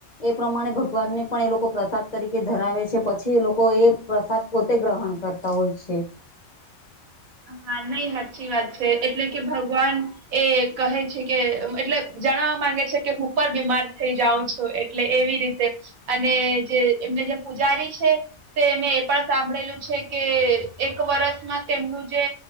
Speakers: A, on the left; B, on the right.
A: એ પ્રમાણે ભગવાનને પણ એ લોકો પ્રસાદ તરીકે ધરાવે છે પછી એ લોકો એ પ્રસાદ પોતે ગ્રહણ કરતા હોય છે.
B: હા નહી હાચી વાત છે એટલે કે ભગવાન એ કહે છે કે એટલે જણાવવા માંગે છે કે હું પણ બીમાર થઇ જાઉં છું. તો એટલે એવી રીતે અને જે એમને જે પૂજારી છે તે મેં એ પણ સાંભળેલું છે કે એક વર્ષમાં તેમનું જે